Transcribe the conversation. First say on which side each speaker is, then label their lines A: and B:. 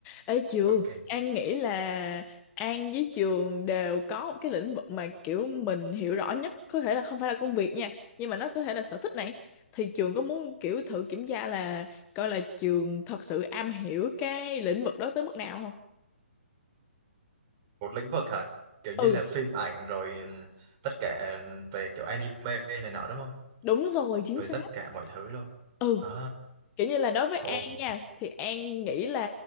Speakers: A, on the left (about 20°); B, on the right (about 30°).
A: Ê trường,
B: Ok.
A: An nghĩ là An với trường đều có một cái lĩnh vực mà kiểu mình hiểu rõ nhất có thể là không phải là công việc nha nhưng mà nó có thể là sở thích này thì trường có muốn kiểu thử kiểm tra là coi là trường thật sự am hiểu cái lĩnh vực đó tới mức nào không?
B: Một lĩnh vực hả? Kiểu như
A: Ừ,
B: là phim ảnh rồi ừ, tất cả về kiểu anime này nọ đúng không?
A: đúng rồi, chính
B: Về
A: xác.
B: tất cả mọi thứ luôn.
A: Ừ.
B: À,
A: kiểu như là đối với
B: ok.
A: An nha thì An nghĩ là